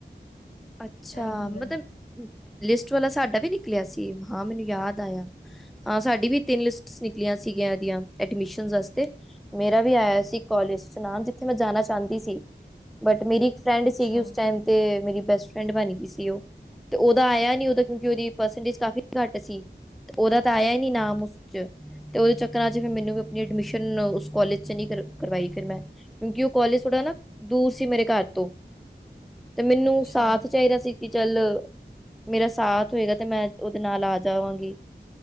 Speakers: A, in the centre; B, on the left.
A: ਅੱਛਾ,
B: ਇੰਝ ਹੁੰਦਾ
A: ਮਤਲਬ
B: ਹੈ
A: ਲਿਸਟ ਵਾਲਾ ਸਾਡਾ ਵੀ ਨਿਕਲਿਆ ਸੀ ਹਾਂ ਮੈਨੂੰ ਯਾਦ ਆਇਆ। ਹਾਂ ਸਾਡੀ ਵੀ ਤਿੰਨ ਲਿਸਟਸ ਨਿਕਲੀਆਂ ਸੀਗੀਆਂ ਇਹਦੀਆਂ ਐਡਮਿਸ਼ਨ ਵਾਸਤੇ। ਮੇਰਾ ਵੀ ਆਇਆ ਸੀ ਕੋਾਲਜ ਚ ਨਾਮ ਜਿੱਥੇ ਮੈਂ ਜਾਣਾ ਚਾਹੁੰਦੀ ਸੀ ਬਟ ਮੇਰੀ ਫਰੈਂਡ
B: ਅੱਛਾ
A: ਸੀਗੀ ਉਸ ਟਾਈਮ ਤੇ ਮੇਰੀ ਬੈਸਟ ਫਰੈਂਡ ਬਣ ਗਈ ਸੀ ਉਹ, ਤੇ ਓਦਾ ਆਇਆ ਨੀ ਓਦਾ ਕਿਉਂਕਿ ਉਹਦੀ ਪਰਸਟੇਜ ਕਾਫੀ ਘੱਟ ਸੀ। ਤੇ ਉਹਦਾ ਤਾਂ ਆਇਆ ਹੀ ਨੀ ਨਾਮ ਉਸ 'ਚ। ਤੇ ਉਹਦੇ ਚੱਕਰਾਂ'ਚ ਫਿਰ ਮੈਨੂੰ ਵੀ ਆਪਣੀ ਐਡਮਿਸ਼ਨ ਉਸ ਕੋਲਜ ਚ ਨੀ ਕਰਵਾਈ ਫਿਰ ਮੈਂ। ਕਿਉਂਕਿ ਉਹ ਕੋਾਲਜ ਥੋੜਾ ਨਾ ਦੂਰ ਸੀ ਮੇਰੇ ਘਰ ਤੋਂ ਤੇ ਮੈਨੂੰ
B: ਅੱਛਾ
A: ਸਾਥ ਚਾਹੀਦਾ ਸੀ ਕਿ ਚੱਲ ਮੇਰਾ ਸਾਥ ਹੋਏਗਾ ਤੇ ਮੈਂ ਉਹਦੇ ਨਾਲ ਆ ਜਾਵਾਂਗੀ।